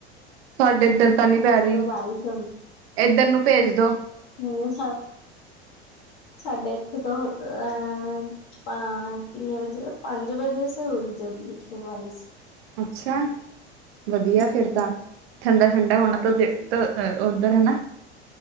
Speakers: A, on the right (about 65°); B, on the left (about 50°).
A: ਸਾਡੇ ਏਦਰ ਤਾ ਨੀ
B: ਇੱਥੇ
A: ਪੈ ਰਈ
B: ਤੋਂ ਬਾਰਿਸ਼
A: ਏਦਰ ਨੂੰ ਭੇਜ ਦੋ।
B: ਨਈ ਸਾ, ਸਾਡੇ ਏਥੇ ਤੋਂ ਐ ਐਂ ਕੀਨੇ ਵਜੇ ਦਾ ਪੰਜ ਵਜੇ ਸੀ ਹੋਈ ਜਦੋ ਵੀ ਬਾਰਸ਼।
A: ਅੱਛਾ ਵਦੀਆ
B: ਹਮ
A: ਫੇਰ
B: ਹਮ
A: ਤਾਂ ਠੰਡਾ-ਠੰਡਾ ਹੋਣਾ
B: ਹਾਂਜੀ
A: <unintelligible> ਓਧਰ ਹਨਾ।